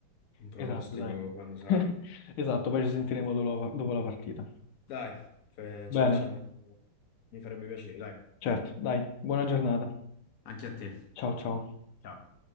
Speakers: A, on the left (about 50°); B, on the left (about 75°).
A: un pronostico
B: esatto, dai.
A: quando sarà.
B: <laughs> Esatto, poi ci sentiremo dopo la dopo la partita.
A: Dai, eh,
B: Bene,
A: ci facciamo, mi farebbe piacere, dai.
B: certo, dai, buona giornata.
A: Anche a te.
B: Ciao, ciao.
A: Ciao.